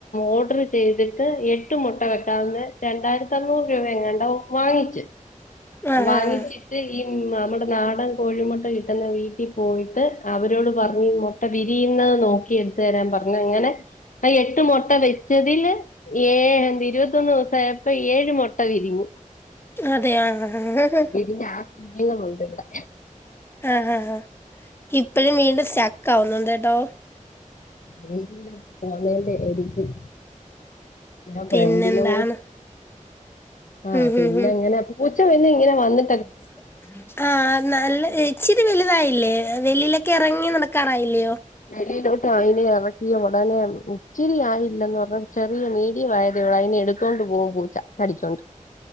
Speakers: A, on the left; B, on the left.
A: ഓർഡർ ചെയ്തിട്ട് എട്ട് മുട്ട വെ ന്ന് രണ്ടായിരത്തി അഞ്ഞൂറ് രൂപ എങ്ങാണ്ടോ വാങ്ങിച്ച്
B: ആ
A: വാങ്ങിച്ച്
B: ആ ആ
A: ഈ നമ്മുടെ നാടൻ കോഴിമുട്ട കിട്ടുന്ന വീട്ടിൽ പോയിട്ട് അവരോട് പറഞ്ഞീ മു ട്ട വിരിയുന്നത് നോക്കി എടുത്ത് തരാൻ പറഞ്ഞു. അങ്ങനെ അ എട്ട് മുട്ട വെച്ചതില് ഏഴെന്ത് ഇരുപത്തൊന്ന് ദിവസ ആയപ്പോ ഏഴ് മുട്ട വിരിഞ്ഞു.
B: അതെ ആഹ്ഹഹഹഹ്
A: വിരിഞ്ഞ ആ കുഞ്ഞുങ്ങളുണ്ട് ഇവിടെ
B: ആഹ ഹാ ആഇപ്പഴും വീണ്ടും സ്റ്റക്ക് ആവുന്നുണ്ട് കേട്ടോ.
A: റേഞ്ചിന്റെ പോന്നതിന്റെ അരിക്കും ഞാൻ
B: പിന്നെന്താണ്
A: ഫ്രണ്ടിലോമ് ആഹ്
B: ഉം
A: പിന്നെ
B: ഉം ഉം
A: അങ്ങനെ പൂച്ച വന്ന് ഇങ്ങനെ വന്ന്
B: <inaudible> ആഹ് നല്ല ഇച്ചിരി വലുതായില്ലേ? വെളീലൊക്കെ ഇറങ്ങി നടക്കാറായില്ലയോ?
A: വെളിയിലോട്ട് അയിനെ ഇറക്കി ഉടനെ ഇച്ചിരി ആയില്ലന്ന് പറഞ്ഞാ ചെറിയ മീഡിയം ആയതേ ഒള്ളൂ അയിനെടു ത്തോണ്ട് പോകും പൂച്ച കടിച്ചോണ്ട്